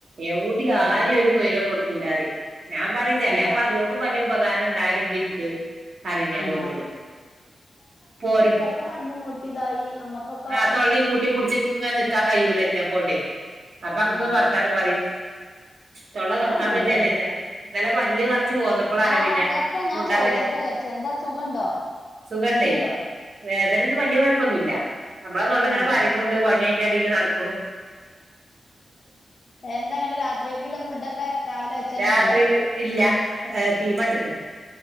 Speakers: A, on the right; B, on the left.
A: എവുടി ആരിം
B: ആ
A: ഒര് തൊയ്രം കൊട് ക്കൂലാറിം ഞാം പറിം ചെലേപ്പം
B: ആ
A: അത്കൊണ്ടും വല്ല്യ ഉപകാരം ഇണ്ടായല്ണ്ട് ഇൻ ക്ക് പറിം ഞാ
B: ആ
A: ഓലോട് പ്പോരു
B: ക്കകണ്ടുമുട്ടിതായി അമ്മക്കൊക്
A: ആഹ് തൊള്ളീം കൂട്ടിപുട്ച്ച്‌ ഇങ്ങൻനിക്കാൻ കയ്യൂല ഇഞെകൊണ്ടെയ് അപ്പ അങ്ങ്
B: ആ
A: വർത്താനം പറിം തൊള്ള തൊർക്കാം
B: അതന്നെല്ലേ
A: വെജ്ജാറിയെന്നെ
B: രസം
A: ഇന്നലെ പല്ല് പർ ച്ച്‌ പോന്നപ്പളാണ്
B: ആ
A: പിന്നെ
B: എത്താ ഞാൻ
A: മുണ്ടാവെജ്ജ
B: ചോദിച്ചട്ടെ വിചാരിച്ചു എന്താ സുഖണ്ടോ
A: സുഖണ്ടെയ്
B: വേദന ഉണ്ടോ
A: വേദനെന്നും വല്യ കൊയപ്പൊന്നുല്ല അമ്മളെതൊള്ള ഇങ്ങനെ
B: ഏ
A: പറിണുണ്ട് പണി അയ്ന്റെ എടീല് നടക്
B: എന്താ ഇങ്ങട്ട് രാത്രിക്കക്ക്ല്ലെ ഫുഡൊക്കെ രാവിലെ വെച്ചയെന്നെ
A: രാത്രി
B: ഇണ്ടോ
A: ഇല്ല ഏ തീമട്ട്ക്ക്ണ്